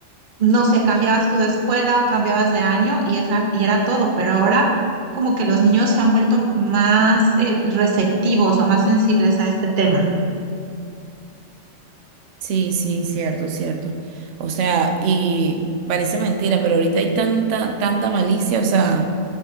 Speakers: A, on the right; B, on the right.
A: no sé, cambiabas tú de escuela o cambiabas de año y esa y era todo, pero ahora como que los niños se han vuelto más eh, receptivos o más sensibles a este tema.
B: Sí, sí, cierto, cierto. O sea, y parece mentira, pero ahorita hay tanta, tanta malicia, o sea.